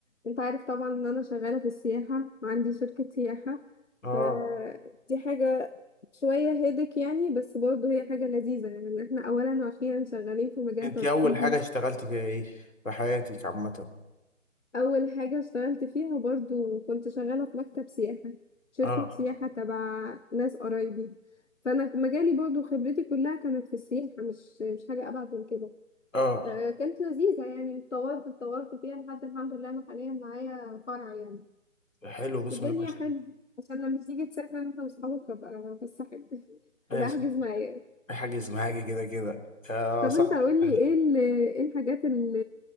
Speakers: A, on the left (about 65°); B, on the left (about 80°).
A: انت عارف طبعا ان انا شغاله في السياحه وعندي شركه سياحه
B: اه
A: فدي حاجه شويه هيدك يعني بس برضه هي حاجه لذيذه يعني إن احنا اولا واخيرا شغالين في مجال
B: انت
A: ترفيهي
B: اول حاجه اشتغلتي فيها ايه في حياتك عامه
A: اول حاجه اشتغلت فيها برضه كنت شغاله في مكتب سياحه شركه
B: اه
A: سياحه تبع ناس قرايبي فانا مجالي برضه خبرتي كلها كانت في السياحه مش مش حاجه ابعد من كده
B: اه
A: آه، كانت لذيذة يعني اتطورت اتطورت فيها لحد الحمد لله أنا حاليا معايا فرع يعني
B: حلو بسم
A: الدنيا
B: الله ما شاء
A: حلوة
B: الله
A: عشان لما تيجي تسافر انت واصحابك ابقى بس احب
B: ماشي
A: ابقى احجز معايا
B: في حاجة اسمها حاجة كده كده يا
A: طب
B: صاحبي
A: انت قول لي ايه ال- ايه الحاجات ال-